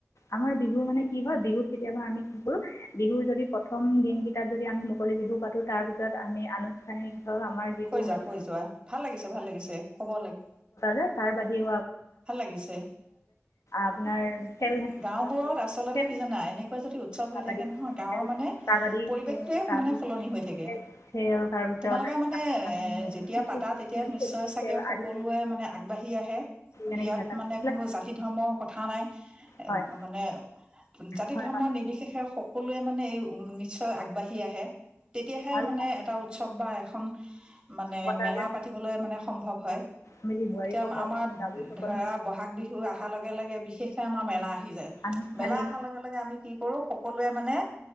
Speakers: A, on the left; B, on the right.
A: আমাৰ বিহু মানে কি হয় বিহুত কেতিয়াবা আমি বিহুৰ যদি প্ৰথম দিন কেইটাত যদি আমি মুকলি বিহু পাতো তাৰ পিছত আমি আনুষ্ঠানিক আমাৰ যিটো
B: কৈ
A: মান
B: যোৱা কৈ যোৱা ভাল লাগিছে ভাল লাগিছে ক'ব লাগে
A: য তাৰ ব
B: ভাল লাগিছে
A: আপোনাৰ
B: উ
A: খেল ধেমালি
B: গাওবোৰত
A: পতা
B: আচলতে
A: খেল
B: কি জানা এনেকুৱা যদি উৎসৱ হৈ
A: কাবাডী
B: থাকে নহয় গাঁওৰ
A: খেল
B: মানে
A: কাবাডী
B: পৰিৱেশটোৱে
A: খেল তাৰপিছতে
B: মানে সলনি হৈ থাকে
A: খেল তাৰপিছত
B: তোমালোকে মানে এ
A: আমি
B: যেতিয়া
A: ক্ৰিকেট
B: পাতা তেতিয়া
A: খেল খো
B: নিশ্চয়
A: খো
B: চাগে
A: খেল আদি
B: সকলোৱে মানে আগবাঢ়ি আহে
A: এনেকৈ
B: ইয়াত
A: হেতা
B: মানে
A: এইবিলাক
B: কোনো জাতি ধৰ্মৰ কথা নাই
A: হয়
B: মানে জাতি
A: হয়
B: ধৰ্ম নিৰ্বিশেষে সকলোৱে মানে এই নিশ্চয় আগবাঢ়ি আহে তেতিয়াহে
A: আৰু
B: মানে এটা উৎসৱ বা এখন মানে
A: পতা
B: মেলা
A: যায়
B: পাতিবলৈ মানে সম্ভৱ হয়তি
A: মিলি বোৱাৰীসকল
B: আমাৰ আমাৰ
A: গাভৰুসকল
B: ধৰা বহাগ বিহু অহাৰ লগে লগে বিশেষকে আমাৰ মেলা আহি যায়
A: আনুষ্ঠানিক
B: মেলা অহাৰ লগে লগে আমি কি কৰো সকলোৱে মানে